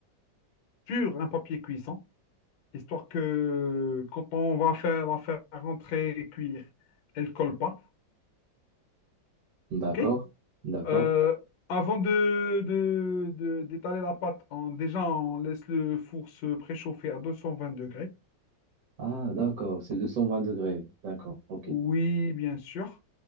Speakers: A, on the left (about 75°); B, on the right (about 55°).
A: sur un papier cuisson, histoire que quand on va faire la faire rentrer et cuire, elle ne colle pas.
B: Mhm. D'accord.
A: OK?
B: D'accord.
A: Euh, avant de, de- de- d'étaler la pâte, on- déjà, on laisse le four se préchauffer à 220 degrés.
B: Ah, d'accord. C'est 220 degrés. D'accord. OK.
A: Oui, bien sûr.